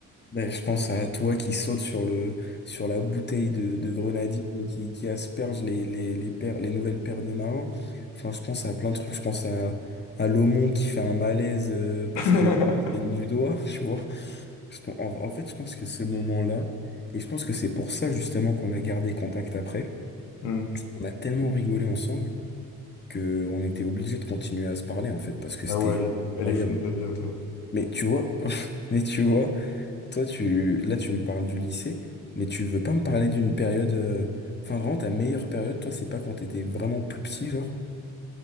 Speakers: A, on the left; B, on the left.
A: Ben, je pense à toi qui saute sur le sur la bouteille de, de grenadine et qui, qui asperge les, les, les paires- les nouvelles paires de marins. Enfin, je pense à plein de trucs. Je pense à, à Lomon qui fait un malaise euh, parce
B: <laughs>
A: que il a du doigt, <laughs> tu vois. Je pen- en, en fait, je pense que ce moment-là, et je pense que c'est pour ça justement qu'on a gardé contact après.
B: Hmm.
A: On a tellement rigolé ensemble que on était obligé de continuer à se parler en fait parce que c'était
B: Ah ouais, elle est, elle
A: incroyable.
B: est fun ta vie à toi.
A: Mais tu vois, <laughs> mais tu vois. Toi, tu, là, tu me parles du lycée, mais tu veux pas me parler d'une période. euh, Enfin, vraiment, ta meilleure période, toi, c'est pas quand t'étais vraiment plus petit, genre?